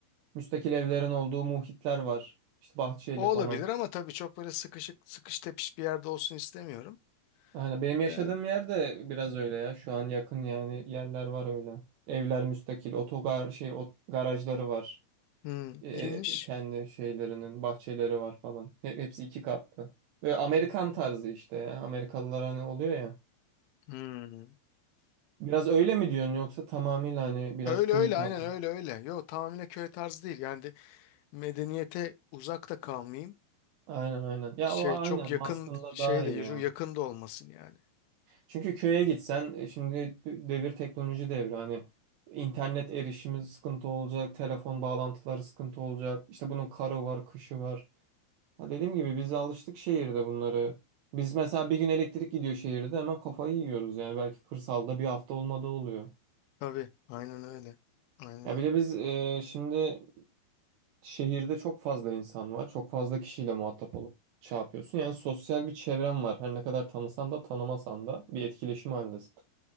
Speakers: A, on the right; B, on the left.
A: müstakil evlerin olduğu muhitler var. İşte Bahçeli
B: O
A: falan.
B: olabilir ama tabii çok böyle sıkışık sıkış tepiş bir yerde olsun istemiyorum.
A: Aynen benim yaşadığım
B: Ee,
A: yerde biraz öyle ya. Şu an yakın yani yerler var öyle. Evler müstakil, otogar şey ot- garajları var.
B: Hmm,
A: E, e,
B: iyiymiş.
A: kendi şeylerinin bahçeleri var falan. He- hepsi iki katlı. Ve Amerikan tarzı işte ya. Amerikalılar hani oluyor ya.
B: Hmm.
A: Biraz öyle mi diyorsun yoksa tamamıyla hani biraz
B: Öyle
A: köy
B: öyle
A: tarzı?
B: aynen öyle öyle. Yo tamamıyla köy tarzı değil. Yani de medeniyete uzak da kalmayayım.
A: Aynen aynen. Ya
B: Şey
A: o aynen
B: çok yakın
A: aslında
B: şey
A: daha iyi
B: de
A: ya.
B: çok yakın da olmasın yani.
A: Çünkü köye gitsen e, şimdi devir teknoloji devri hani internet erişimi sıkıntı olacak, telefon bağlantıları sıkıntı olacak. İşte bunun karı var, kışı var. Ha dediğim gibi biz alıştık şehirde bunları. Biz mesela bir gün elektrik gidiyor şehirde hemen kafayı yiyoruz yani belki kırsalda bir hafta olmadığı oluyor.
B: Tabii aynen öyle. Aynen
A: Ya
B: öyle.
A: bir de biz e, şimdi şehirde çok fazla insan var. Çok fazla kişiyle muhatap olup şey yapıyorsun. Yani sosyal bir çevren var. Her ne kadar tanısan da tanımasan da bir etkileşim halindesin.